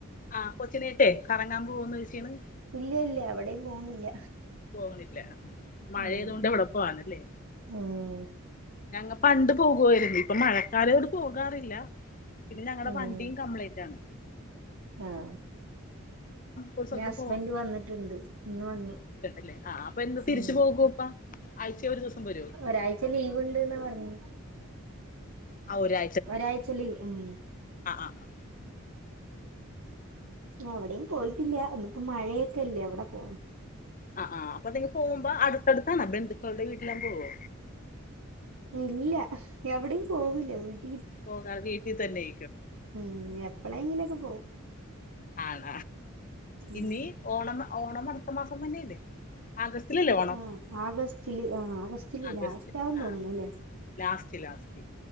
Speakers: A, on the left (about 40°); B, on the right (about 85°).
A: ആഹ് കൊച്ചിനീട്ടെ കറങ്ങാമ്പോവൊന്ന് വെശേണ്.
B: ഇല്ല, ഇല്ല എവിടേം പോണില്ല.
A: പോവണില്ല ആ, ആ മഴെതോണ്ട്
B: ഉം
A: എവ്ടപോവാനല്ലേ?
B: ഉം
A: ഞങ്ങ പണ്ട് പോകുവായിര്ന്ന്. ഇപ്പൊ മഴക്കാലോണ്ട് പോകാറില്ല. പിന്ന ഞങ്ങട
B: ഉം
A: വണ്ടിം കംപ്ലെന്റാണ്.
B: ആഹ്
A: ഒരു സ്ഥലത്തും
B: ഞ ഹസ്ബന്റ് വന്നിട്ട്ണ്ട്. ഇന്ന് വന്നു.
A: അല്ലെ ആ, ആ അപ്പൊ എന്ന്
B: ഉം
A: തിരിച്ച്പോകോപ്പ ആഴ്ച്ചെ ഒരു ദിവസം വരുവോ?
B: ഒരാഴ്ച ലീവ്ണ്ട്ന്ന പറഞ്ഞെ.
A: ആ ഒരാ
B: ഒരാഴ്ചലീ ഉം.
A: ആഹ്
B: അവിടെയും പോയിട്ടില്ല്യ ഇന്ന്‌പ്പോ മഴേക്കെല്ലേ അവിടെ പോ
A: ആ, ആ, അപ്പനിങ പോകുമ്പോ അടുത്തടുത്താണാ ബന്ധുക്കളുടെ വീട്ടിലല്ലാം പോവോ?
B: ഇല്ല എവിടേം പോകൂല്ല. വീ
A: പോകാ വീട്ടിതന്നെ.
B: ഉം എപ്പളെങ്കിലുംക്കെ പോവും.
A: ആണ.
B: ഉം
A: ഇനി ഓണം, ഓണം അടുത്ത മാസം തന്നെല്ലേ? ആഗസ്റ്റിലല്ലേ ഓണം?
B: ആ ആഗസ്റ്റില് ആഹ് ആഗസ്റ്റിലന്നെ
A: ആഗസ്റ്റില്
B: അഗസ്റ്റാന്ന്
A: ആ
B: തോന്നണുഅല്ലെ.
A: ആ. ലാസ്റ്റ്, ലാസ്റ്റ്